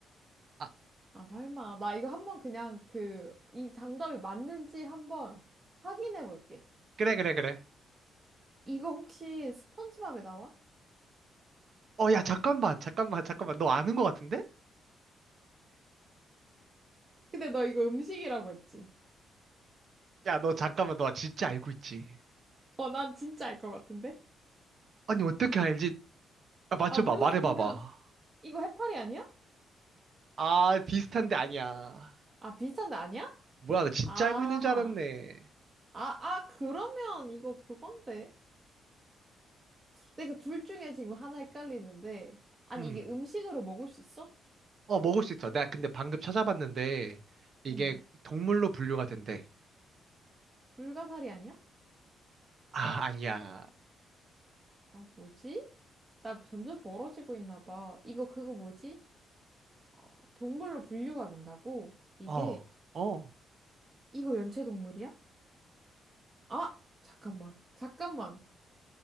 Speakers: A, on the right; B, on the right.
A: 아,
B: 아, 설마. 나 이거 한번 그냥 그, 이 정답이 맞는지 한번 확인해 볼게.
A: 그래, 그래, 그래.
B: 이거 혹시 스펀지밥에 나와?
A: 어, 야, 잠깐만, 잠깐만, 잠깐만, 너 아는 것 같은데?
B: 근데 너 이거 음식이라고 했지?
A: 야, 너 잠깐만, 너 진짜 알고 있지?
B: 어, 난 진짜 알 것 같은데?
A: 아니, 어떻게 알지? 아, 맞춰봐,
B: 아, 몰라.
A: 말해봐봐.
B: 그냥, 이거 해파리 아니야?
A: 아, 비슷한데 아니야.
B: 아, 비슷한데 아니야?
A: 뭐야, 나 진짜
B: 아,
A: 알고 있는 줄 알았네.
B: 아, 아, 그러면 이거 그건데. 내가 둘 중에 지금 하나 헷갈리는데. 아니,
A: 음.
B: 이게 음식으로 먹을 수 있어?
A: 어, 먹을 수 있어. 내가 근데 방금 찾아봤는데, 이게
B: 응.
A: 동물로 분류가 된대.
B: 불가사리 아니야?
A: 아, 아니야.
B: 아, 뭐지? 나 점점 멀어지고 있나 봐. 이거 그거 뭐지? 어, 동물로 분류가 된다고? 이게,
A: 어, 어.
B: 이거 연체동물이야? 아! 잠깐만. 잠깐만.